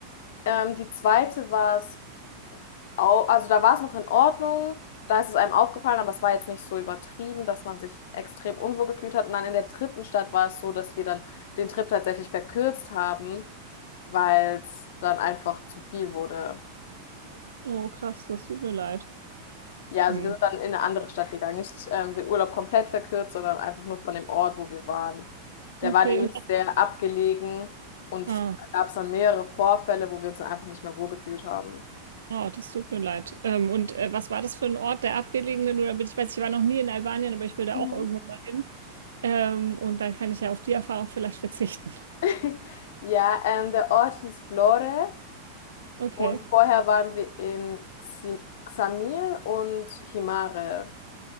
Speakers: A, on the left (about 55°); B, on the right (about 70°).
A: Ähm, die zweite war es au- also da war es noch in Ordnung, da ist es einem aufgefallen, aber es war jetzt nicht so übertrieben, dass man sich extrem unwohl gefühlt hat. Und dann in der dritten Stadt war es so, dass wir dann den Trip tatsächlich verkürzt haben, weil es dann einfach zu viel wurde.
B: Oh, krass, das tut mir leid.
A: Ja,
B: Hm.
A: also wir sind dann in eine andere Stadt gegangen, nicht ähm, den Urlaub komplett verkürzt, sondern einfach nur von dem Ort, wo wir waren. Der
B: Okay,
A: war nämlich
B: und
A: sehr abgelegen und
B: ah.
A: da gab es dann mehrere Vorfälle, wo wir uns dann einfach nicht mehr wohlgefühlt haben.
B: Oh, das tut mir leid. Ähm, und äh, was war das für ein Ort, der abgelegene? Nur damit ich weiß, ich war noch nie in Albanien, aber ich will da
A: Mhm.
B: auch irgendwann mal hin. Ähm, und dann kann ich ja auf die Erfahrung vielleicht verzichten. <laughs>
A: <laughs> Ja, ähm, der Ort hieß Vlore.
B: Okay,
A: Und vorher waren wir in Xi- Xamil und Himare.